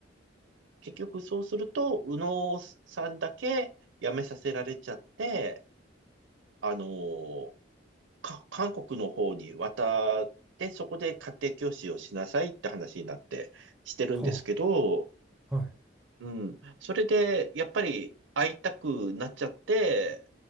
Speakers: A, on the right (about 80°); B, in the centre.
A: 結局そうすると、右脳さんだけ辞めさせられちゃって、あのーか、韓国の方に渡って、そこで家庭教師をしなさいって話になってしてるんですけど、
B: はあ。はい。
A: うん。それで、やっぱり会いたくなっちゃって、